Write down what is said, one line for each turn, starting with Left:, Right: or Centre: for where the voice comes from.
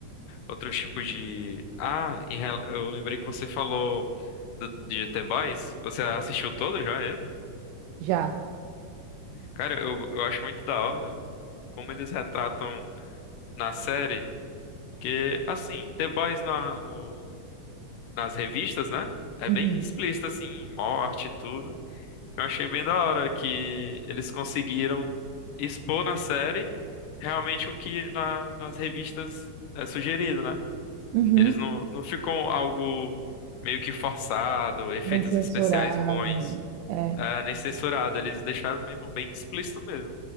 Left: outro tipo de. Ah, em rela- eu lembrei que você falou do, de GT Boys. Você assistiu todo já ele?
Right: Já.
Left: Cara, eu, eu acho muito da hora como eles retratam na série. Que, assim, The Boys na, no, nas revistas, né? É
Right: Uhum.
Left: bem explícito, assim, morte e tudo. Eu achei bem da hora que eles conseguiram expor na série realmente o que na, nas revistas é sugerido, né?
Right: Uhum.
Left: Eles não, não ficam algo meio que forçado, efeitos
Right: Bem censurado.
Left: especiais ruins,
Right: É.
Left: é, nem censurado. Eles deixaram mesmo bem explícito mesmo.